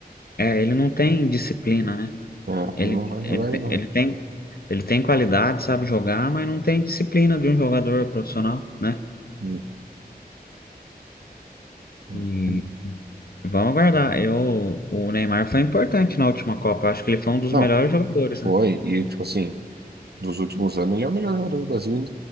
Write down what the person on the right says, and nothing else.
É,
e não vai
jogar
de novo.
Hum, hum,
hum.
Não,
foi.
E, tipo assim. dos últimos anos, ele é o melhor jogador do Brasil,